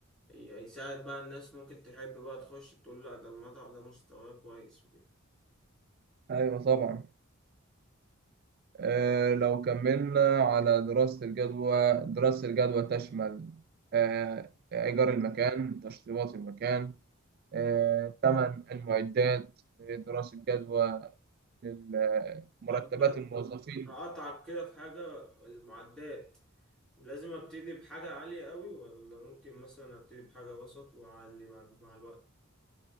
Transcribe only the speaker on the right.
أيوة طبعا آه، لو كملنا على دراسة الجدوى دراسة الجدوى تشمل آه، إيجار المكان تشطيبات المكان آه، ثمن المعدات آه، دراسة جدوى لل- مرتبات
الموظفين